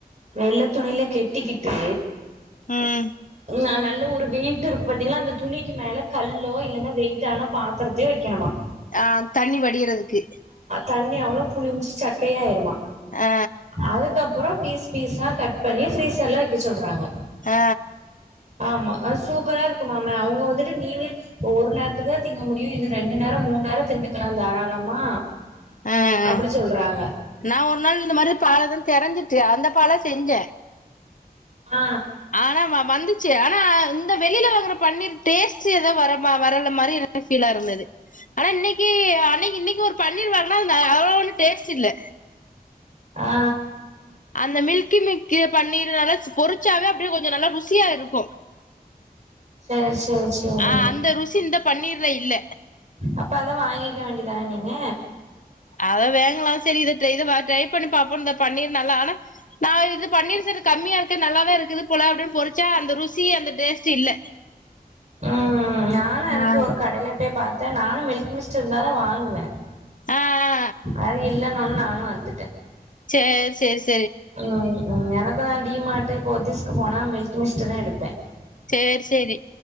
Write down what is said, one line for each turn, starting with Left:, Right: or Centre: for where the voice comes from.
Right: வெள்ள துணியில கெட்டிக்கிட்டு
Left: ம்
Right: நல்ல ஒரு வெய்ட்டு இருக்கு பாத்தீங்களா அந்த துணிக்கு மேல கல்லோ இல்லன்னா வெயிட்டான பாத்ரத்தயோ வெக்கணுமா
Left: ஆ தண்ணி வடிரதுக்கு
Right: தண்ணி அவ்ளோ புளிஞ்சு சக்கையாயிருமா
Left: ஆ
Right: அதுக்கப்பறோ பீஸ் பீஸ்ஸா கட் பண்ணி ஃப்ரீசர்ள வக்க சொல்றாங்க
Left: ஆ
Right: ஆமா அது சூப்பரா இருக்குமாம அவுங்க வந்துட்டு நீயே ஒரு நேரத்துக்கு தா திங்க முடியு இல்ல ரெண்டு நேரோ மூண் நேரோ திண்டுக்லா தாராளமா
Left: ஆ
Right: அப்டி
Left: ஆ
Right: சொல்றாங்க
Left: நா ஒரு நாள் இந்த மாரி பால்து தெரஞ்சிட்டு அந்த பால செஞ்ச
Right: ஆ
Left: ஆன வ வந்துச்சு ஆனா இந்த வெளில வாங்குற பன்னீர் டேஸ்ட் ஏதோ வரம் வ வரல மாரி ஃபீலா இருந்தது ஆனா இன்னிக்கி அன்னிக்கி இன்னிக்கு ஒரு பன்னீர் வாங்குன அது ந அவ்ளோ ஒன்னு டேஸ்ட் இல்ல
Right: ஆ
Left: அந்த மில்கி மிக்கு பன்னீர்னால பொறிச்சாவே அப்டியே கொஞ்ச நல்லா ருசியா இருக்கு
Right: சரி சரி சரி
Left: அ அந்த ருசி இந்த பன்னீர்ல இல்ல
Right: அப்ப அத வாங்கிக்க வேண்டிதான நீங்க
Left: அத வேங்லா செரி இத ட்ரை இத ட்ரை பண்ணி பாப்போ இந்த பன்னீர் நல்லா ஆனா நா இது பன்னீர் சேர் கம்மியா இருக்கு நல்லாவே இருக்குது போல அப்டின் பொறிச்ச அந்த ருசி அந்த டேஸ்ட் இல்ல
Right: ஆ ஆ நா அன்னைக்
Left: ஆ
Right: ஒரு கடையில போய் பார்த்த நானு மில்க் மிஸ்ட் இருந்தாதா வாங்குவ
Left: ஆ ஆ
Right: அது இல்லனோல நானு வந்துட்ட
Left: சேர் செரி
Right: ம் எனக்கு அ டீ மாட்டு போத்திஸ்க்கு போனா மில்க்கி மிஸ்ட் தா எடுப்ப
Left: சேர் செரி